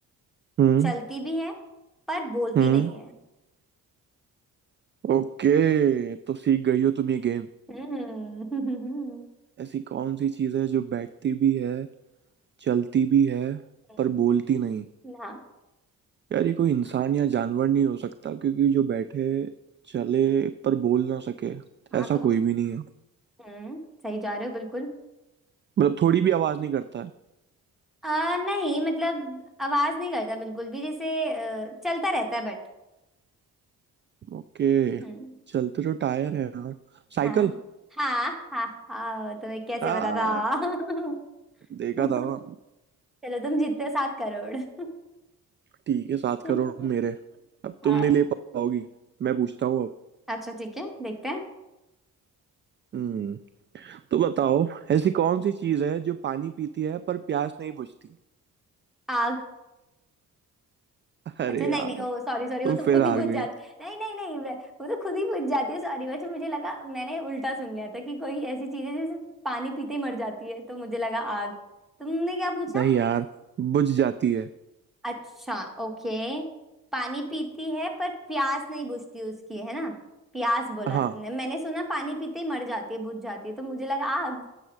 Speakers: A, on the right (about 30°); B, in the centre.
A: हम्म
B: चलती भी है पर बोलती
A: हम्म
B: नहीं है
A: ओके तो सीख गई हो तुम ये गेम
B: हम्म
A: ऐसी कौन सी चीज़ है जो बैठती भी है चलती भी है
B: <laughs>
A: पर बोलती नहीं
B: हाँ
A: यार ये कोई इंसान या जानवर नहीं हो सकता क्योंकि जो बैठे चले पर बोल ना सके
B: हाँ
A: ऐसा
B: तो
A: कोई भी नहीं है
B: हम्म सही जा रहे हो बिल्कुल
A: मतलब थोड़ी भी आवाज़ नहीं करता है
B: आ, नहीं मतलब आवाज नहीं करता बिल्कुल भी जैसे अ, चलता रहता है बट
A: ओके
B: हम्म
A: चलते तो टायर है यार साइकिल
B: हाँ हाँ हाँ हाँ तुम्हें कैसे
A: आ
B: पता था
A: देखा
B: <laughs>
A: था ना।
B: चलो तुम जीतते हो सात करोड़
A: ठीक है सात
B: <laughs>
A: करोड़ मेरे अब तुम
B: हाँ
A: नहीं ले पाओगी मैं पूछता हूँ अब
B: अच्छा ठीक है देखते हैं
A: हम्म तो बताओ ऐसी कौन सी चीज है जो पानी पीती है पर प्यास नहीं बुझती
B: आग
A: अरे
B: अच्छा नहीं
A: यार
B: नहीं ओ सॉरी सॉरी
A: तुम
B: वो तो खुद
A: फिर हार
B: ही बुझ जाती
A: गई
B: नहीं नहीं नहीं वे- वो तो खुद ही बुझ जाती है सॉरी अच्छा मुझे लगा मैंने उल्टा सुन लिया था कि कोई ऐसी चीज है जैसे पानी पीते ही मर जाती है तो मुझे लगा आग तुमने क्या पूछा
A: नहीं यार बुझ जाती है
B: अच्छा ओके पानी पीती है पर प्यास नहीं बुझती उसकी है ना प्यास बोला
A: हाँ
B: तुमने मैंने सुना पानी पीते ही मर जाती है बुझ जाती है तो मुझे लगा आग